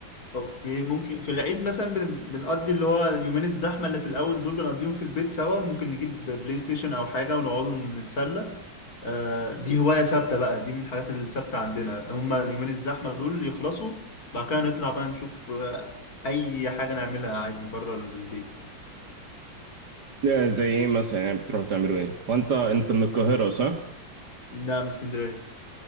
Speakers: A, on the left; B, on the right.
A: اوكي ممكن في العيد مثلا بن- بنقضي اللي هو اليومين الزحمة اللي في الأول دول بنقضيهم في البيت سوا ممكن نجيب بلاي ستيشن أو حاجة ونقعدوا نتسلى آه، دي هواية ثابتة بقى دي من الحاجات الثابتة عندنا هما اليومين الزحمة دول يخلصوا بعد كده نطلع بقى نشوف آه، أي حاجة نعملها عادي بره البيت
B: آه، زي ايه مثلا يعني بتروحوا تعملوا ايه هو انت انت من القاهره صح
A: لا من اسكندرية